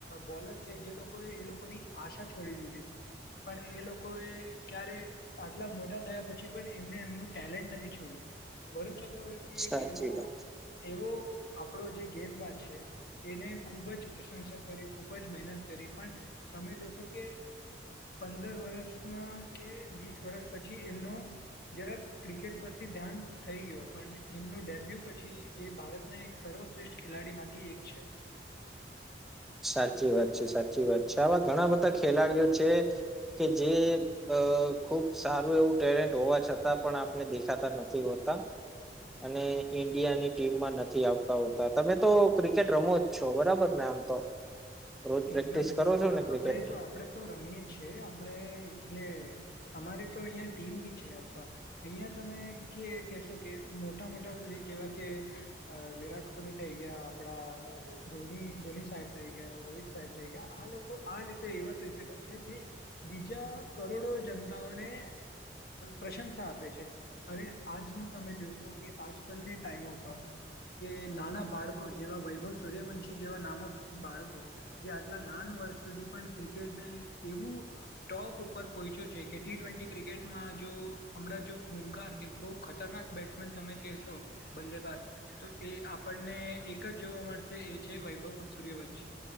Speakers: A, on the left; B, in the centre.
A: બોલર છે જે લોકોએ એ લોકોની આશા છોડી દીધી હતી. પણ એ લોકો એ ક્યારે આટલા મોટા થયા પછી પણ એમને એમનું ટેલેન્ટ નથી છોયું. વરુણ ચક્રવર્તી
B: સાચી
A: એક એવો
B: વાત
A: એવો આપણો જે ગેદ વા છે એને ખૂબ જ પ્રશંસા કરી ખૂબ જ મહેનત કરી પણ તમે જોશો કે પંદર વર્ષ ના કે વીસ વર્ષ પછી એમનો જરા ક્રિકેટ પરથી ધ્યાન થઈ ગય પણ એમનું ડેબ્યુ પછી એ ભારતના એક સર્વ શ્રેષ્ઠ ખેલાડી માંથી એક છે.
B: સાચી વાત છે સાચી વાત છે આવા ઘણા બધા ખેલાડીઓ છે કે જે અ ખુબ સારું એવું ટેલેન્ટ હોવા છતાં પણ આપને દેખાતા નથી હોતા. અને ઈન્ડિયાની ટીમમાં નથી આવતા હોતા તમે તો ક્રિકેટ રમો જ છો બરાબર ને આમ તો? રોજ પ્રેક્ટિસ
A: એકદમ
B: કરો છો
A: હા
B: ને ક્રિકેટની
A: આપડે તો આપણેે તો રમીએ છેએ આપડણે એટલે અમારે તો અહીંયા ટીમ બી છે અથવા અહીંયા તમે કે કહેશો કે મોટા મોટા સુધી જેવા કે વિરાટ કોહલી થઈ ગયા આપડા ધો ધોની સાહેબ થઈ ગયા રોહિત સાહેબ થઈ ગયા આ લોકો આ લોકો એવા ક્રિકેટર છે જે બીજા કરોડો ને પ્રશંસા આપે છે અને આજ તમે જોશો કે આજ ટ કે નાના બાળકો જેવા વૈભવ સૂર્યવંશી જેવા નામક બાળકો જે આટલા નાન વર્ષ સુધી પણ ક્રિકેટને એવું ટોપ ઉપર પો પહોંચ્યું છે કે ટી ટ્વેન્ટી ક્રિકેટમાં જો હણાં જો ખૂકાર કે બહ ખતરનાક બેટ્સમેન તમે કેશો બલ્લે બાાજ તો એ આપણને એક જ જોવા મળશે એ છે વૈભવ સૂર્યવંશી